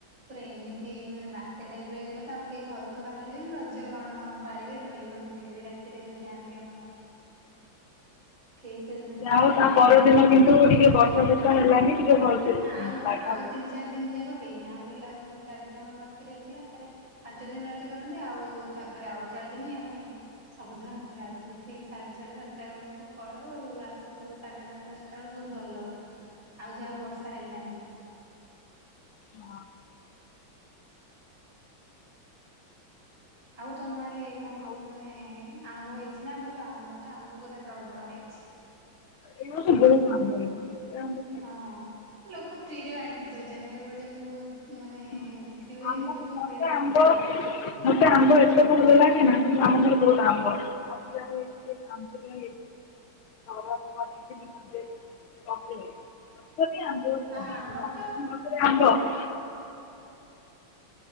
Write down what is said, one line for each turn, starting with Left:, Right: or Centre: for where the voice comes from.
Right: ପୁରା ଏମିତି ମାନେ ବାତ୍ୟା ଟାଇପ ରହିଗଲା ତ ଆଉ କେହି ଘରୁ ତ ଵା ପାଳିବେ ରଜ କଣ ହଁ ପାଳିବି ଦୋଳି କଣ ଖେଳିବି ରାତିରେ ଯୋଉ ଯାଆନ୍ତି ଆମର। କେହି ସେଦିନଟା
Left: ଯା ହଉ
Right: ଭାରି
Left: ତା
Right: ମନ
Left: ପରଦିନ କିନ୍ତୁ ଟିକେ ବର୍ଷା ଫର୍ଷା ହେଲାନି। ଟିକେ ଭଲସେ ହଁ
Right: ନା ଆଉ ଆଉ ତିନି ଚାରି ଦିନ ଯାକ ହେଇନି। ଆହୁରି ଆଉ ଚାରି ଦିନ ଆମର ବାକି ରହିଥିଲା ପାଞ୍ଚ ଦିନ ରାଜା କରନ୍ତି ଆଉ ତାପ ପରେ ଆଉ ଚାରି ଦିନ ହିଁ ଆମେ। ସବୁଦିନ ଯାଉଥିଲୁ ଠିକ ସାଢେ ଛଅଟା ସାତଟା ବେଳକୁ ପଳଉ ଆସୁ ସାଢେ ନଅଟା ଦଶଟା ବେଳକୁ। ବହୁତ ଭଲ ଆଉ ଯାହା ହଉ ବର୍ଷା ହେଲାନି।
Left: ମ <unintelligible>
Right: ଆଉ ତମ ଆଡେ କଣ
Left: ଆଉ
Right: ମାନେ ଏ ଆମ୍ବ ହେ ଛି ନା ଭଲ ଆମର ତ ଆମ୍ବ ପୁରା ପ୍ରବଳ ଆଇଛି।
Left: <unintelligible> ଖାଇବୁ
Right: ହଁ ଲୋକ ଫ୍ରି ରେ ବାଣ୍ଟି ଦଉଛନ୍ତି ଗୋଟେ ଯେମିତି ବହୁତ ମାନେ
Left: ହଁ
Right: ବିକ୍ରି ହୁଏ
Left: ଆମ୍ବ
Right: ଏମିତି ଲୋକ
Left: ମତେ
Right: ଫ୍ରିରେ ବାଣ୍ଟି
Left: ଆମ୍ବ
Right: ଦଉଛନ୍ତି।
Left: ମତେ ଆମ୍ବ ତତେ ଭଲ ଲାଗେନା ଆମର ବହୁତ ଆମ୍ବ ଆ ହେଇଛି ଆ
Right: <inaudible>
Left: <inaudible> ଆମ୍ବ ଛୁଆ
Right: ହଁ
Left: ହେଇଛି
Right: ଆମର
Left: ସମସ୍ତଙ୍କ
Right: ତ
Left: ଗଛରେ ଆମ୍ବ